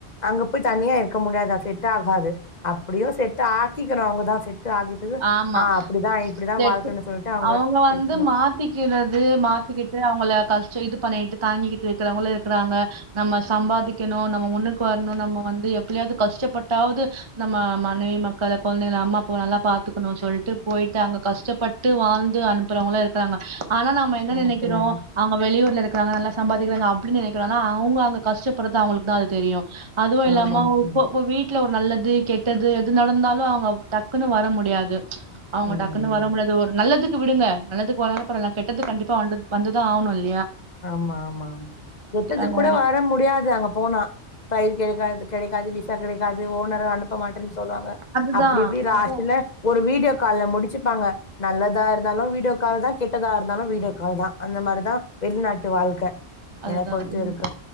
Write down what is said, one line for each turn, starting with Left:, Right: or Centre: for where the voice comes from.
Left: அங்க போய் தனியா இருக்க முடியாத செட் ஆகாது அப்டியோ செட் ஆக்கிக்கணோ அவங்கதா செட் ஆகிட்டு
Right: ஆமா
Left: ஆ அப்டிதா இப்டிதா
Right: செட்
Left: வாழ்க்கன்னு சொல்லிட்டு
Right: அவங்க வந்து
Left: இருக்கணு
Right: மாத்திக்கிறது மாத்திக்கிட்டு அவங்கள கஷ்டோ இது பண்ணிட்டு தாங்கிக்கிட்டு இருக்கிறவங்கள இரு இருக்குறாங்க நம்ம சம்பாதிக்கணு நம்ம முண்ணுக்கு வரணு நம்ம வந்து எப்பலயாவது கஷ்டப்பட்டாவது நம்ம மனைவி மக்கள கொழந்தைகள அம்மா அப்பா நல்லா பாத் எடுத்துக்கணு சொல்ட்டு போயிட்டு அங்க கஷ்டப்பட்டு வாழ்ந்து அனுப்புறவங்களா இருக்கிறாங்க ஆனா நாம்ம என்ன
Left: ஆமா
Right: நெனைக்கிறோ
Left: தோழி ஆமா
Right: அவங்க வெளியூர்ல இருக்கிறாங்க நல்லா சம்பாதிக்கிறாங்க அப்பிடி நெனைக்கிறோ ஆனா அவங்க அங்க கஷ்டப்படுறது அவங்களுக்கு தா அது தெரியு அதுவு இல்லாம
Left: ஆமாங்க தோழி
Right: இப்ப இப்ப வீட்டுல நல்லது கெட்டது எது நடந்தாலு அவங்க டக்குன்னு வர முடி கிடையாது அவுங்க
Left: ம்
Right: டக்குன்னு வர முடியாது அது ஒரு நல்லது நல்லது விடுங்க நல்லது வரலான பரவால்ல கெட்டது கண்டிப்பா வண்டு வந்துதா ஆகணு இல்
Left: ஆமா ஆமா ஆமா கெட்டதுக்கு
Right: அந்த
Left: கூட வர முடியாது அங்க போனா ஃபைல் கெடைக்காது கெடைக்காது விஸ் விசா கெடைக்காது ஓனரு அனுப் ப மாட்டேன் சொல்லுவாங்க
Right: அதுதா
Left: அப்டி இப்டி ராத்ரில
Right: அதா
Left: ஒரு வீடியோ கால்ல முடிச்சுப்பாங்க நல்லதா இரு ந்தாலு வீடியோ கால் தா கெட்டதா இருந்தாலு வீடியோ கால் தா அந்த மாரிதா வெளிநாட்டு வாழ்க்க
Right: அதுதா
Left: என்ன பொறுத்த
Right: உம்
Left: வரைக்கு